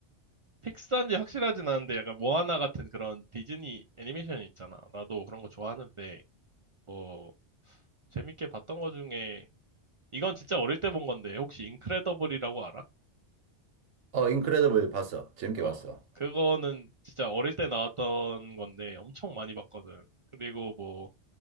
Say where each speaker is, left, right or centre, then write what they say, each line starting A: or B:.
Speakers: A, on the right; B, on the right.
A: 픽사인지 확실하진 않은데 약간 모아나 같은 그런 디즈니 애니메이션 있잖아. 나도 그런 거 좋아하는데 뭐 재밌게 봤던 거 중에 이건 진짜 어릴 때 본 건데 혹시 인크레더블이라고 알아?
B: 어, 인크레더블 봤어. 재밌게
A: 어,
B: 봤어.
A: 그거는 진짜 어릴 때 나왔던 건데 엄청 많이 봤거든. 그리고 뭐